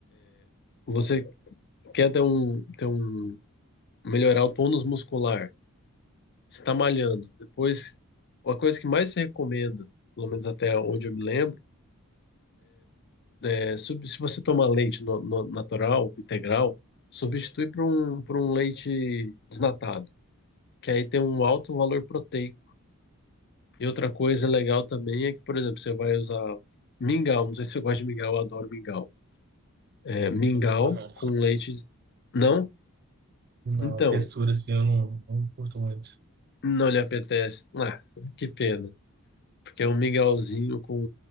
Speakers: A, on the left; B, on the right.
A: você quer ter um ter um melhorar o tônus muscular, você está malhando. Depois, a coisa que mais se recomenda, pelo menos até onde eu me lembro, é sub- se você tomar leite no- no- natural, integral, substitui por um por um leite desnatado, que aí tem um alto valor proteico. E outra coisa legal também é que, por exemplo, você vai usar mingau, não sei se você gosta de mingau, eu adoro mingau. É, mingau
B: Sou muito fã, não.
A: com leite não,
B: Não,
A: Então,
B: textura assim eu não, não curto muito.
A: não lhe apetece. Ah, que pena. Porque é um mingauzinho com